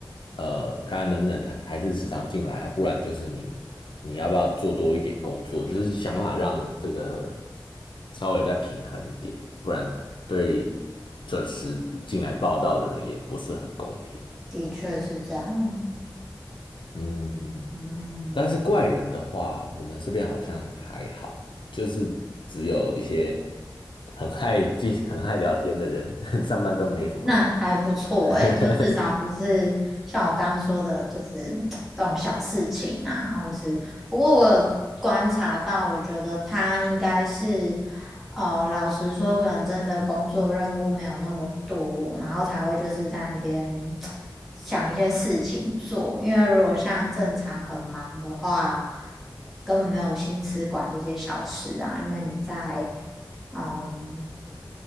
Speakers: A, on the left; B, in the centre.
A: 呃，看看能不能还还是时常进来啊，不然就是你你要不要做多一点工作，就是想办法让这个稍微再平衡一点，不然对准时进来报道的人也不是很公平。
B: 的确是这样，
A: 嗯，
B: 嗯。
A: 但是怪人的话，我们这边好像还好，就是只有一些很爱记、很爱聊天的人，<laughs> 上班都没什么。
B: 那还不错诶，
A: <laughs>
B: 就至少不是像我刚刚说的，就是这种小事情啊，或是不过我有观察到，我觉得他应该是，呃，老实说，可能真的工作任务没有那么多，然后才会就是在那边想一些事情做，因为如果像正常很忙的话，根本没有心思管这些小事啊，因为你在。嗯，